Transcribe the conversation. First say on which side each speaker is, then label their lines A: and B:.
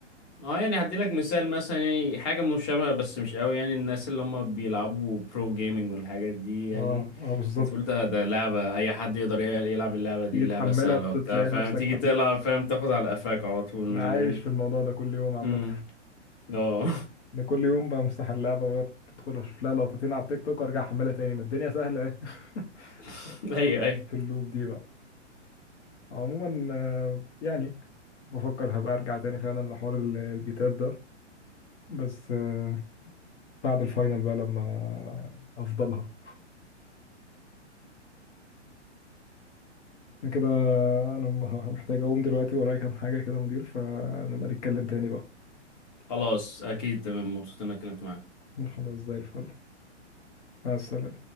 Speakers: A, on the left; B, on the left.
A: اه يعني هديلك مثال مثلا يعني حاجة مشابهة بس مش قوي يعني الناس اللي هم بيلعبوا برو جيمنج والحاجات دي يعني
B: اه اه بالظبط
A: تقول ده ده لعبة أي حد يقدر ي- يلعب اللعبة دي
B: تيجي
A: اللعبة
B: تحملها
A: سهلة
B: بتلاقي
A: وبتاع فاهم
B: نفسك
A: تيجي
B: مكان
A: تلعب فاهم تاخد على قفاك على طول من
B: انا
A: اللعبة
B: عايش في الموضوع ده كل يوم عامه
A: امم اه
B: انا كل يوم بمسح اللعبه وأقعد ادخل اشوف لها لقطتين على التيك توك وارجع احملها تاني ما الدنيا سهله اهي <laughs>
A: <laughs>
B: و-
A: أيوه
B: و-
A: أيوه
B: في اللوب دي بقى عموما آه، يعني بفكر هبقى ارجع تاني فعلا لحوار ال- البيتات ده بس آه، بعد الفاينل بقى لما افضلها انا كده انا مه- <laughs> محتاج اقوم دلوقتي ورايا كام حاجة كده يا مدير فنبقى نتكلم تاني بقى
A: خلاص أكيد تمام مبسوط إني اتكلمت معاك
B: خلاص زي الفل مع السلامة